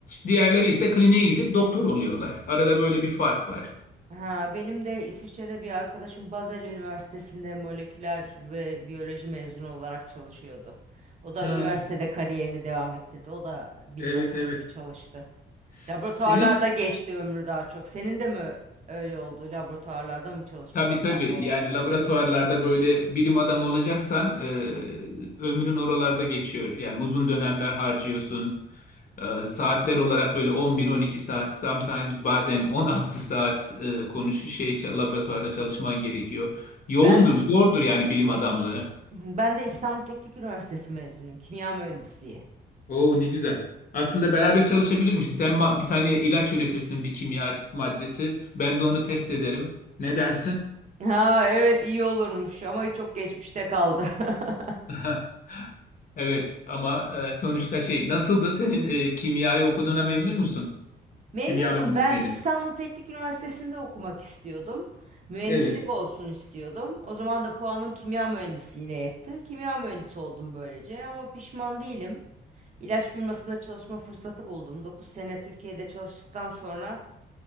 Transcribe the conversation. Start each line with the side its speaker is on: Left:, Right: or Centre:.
Left: diğerleri ise kliniğe gidip doktor oluyorlar. Arada böyle bir fark var.
Right: Ha, benim de İsviçre'de bir arkadaşım Basel Üniversitesi'nde moleküler ve biyoloji mezunu olarak çalışıyordu. O da
Left: Ha,
Right: üniversitede kariyerini devam ettirdi. O da bilim
Left: evet
Right: adamı
Left: evet.
Right: gibi çalıştı.
Left: Senin
Right: Laboratuvarlarda geçti ömrü daha çok. Senin de mi öyle oldu? Laboratuvarlarda mı çalışma
Left: Tabii
Right: imkanı
Left: tabii
Right: oldu?
Left: yani laboratuvarlarda böyle bilim adamı olacaksan e, ömrün oralarda geçiyor. Yani uzun dönemler harcıyorsun. E, saatler olarak böyle 11-12 saat, sometimes bazen 16 saat e, konuşu şey ça- laboratuvarda çalışman gerekiyor. Yoğundur,
Right: Ben
Left: zordur yani bilim adamlığı.
Right: <clears throat> ben de İstanbul Teknik Üniversitesi mezunuyum. Kimya mühendisliği.
Left: Oo ne güzel. Aslında beraber çalışabilirmişiz. Sen ma- bir tane ilaç üretirsin, bir kimya maddesi. Ben de onu test ederim. Ne dersin?
Right: Ha evet iyi olurmuş ama çok geçmişte kaldı. <laughs>
Left: <laughs> Evet ama e, sonuçta şey nasıldı senin e, kimyayı okuduğuna memnun musun?
Right: Memnunum.
Left: Kimya mühendisliğini.
Right: Ben İstanbul Teknik Üniversitesi'nde okumak istiyordum. Mühendislik
Left: Evet.
Right: olsun istiyordum. O zaman da puanım kimya mühendisliğine yetti. Kimya mühendisi oldum böylece ama pişman değilim. İlaç firmasında çalışma fırsatı buldum. 9 sene Türkiye'de çalıştıktan sonra